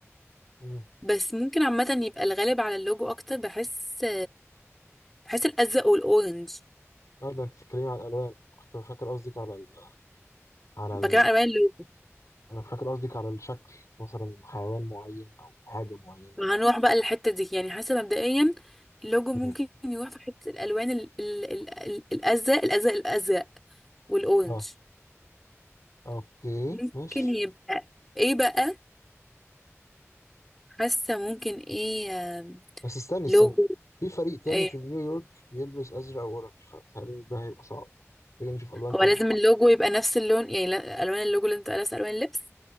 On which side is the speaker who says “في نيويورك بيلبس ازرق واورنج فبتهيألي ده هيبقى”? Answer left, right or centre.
Left